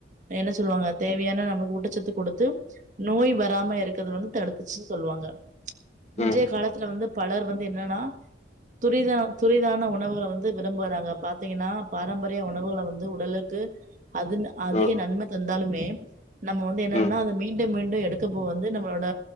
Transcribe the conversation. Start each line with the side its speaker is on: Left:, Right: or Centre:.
Right: என்ன சொல்வாங்க தேவையான நம்மளுக்கு ஊட்டச்சத்து குடுத்து நோய் வராம இருக்கறது வந்து தடுத் துச்சி சொல்வாங்க இன்றைய
Left: ம்
Right: காலத்துல வந்து பலர் வந்து என்னன்னா துரிதான துரிதான உணவுகள வந்து விரும்புறாங்க பாத்தீங்ன்னா பாரம்பரிய உணவுகள வந்து உடலுக்கு அது அதிக
Left: ம்
Right: நன்ம தந்தாலுமே நம்ம வந்து என்னன்னா
Left: ம் ம்
Right: அத மீண்டு மீண்டு எடு க்கப்போ வந்து நம்மளோட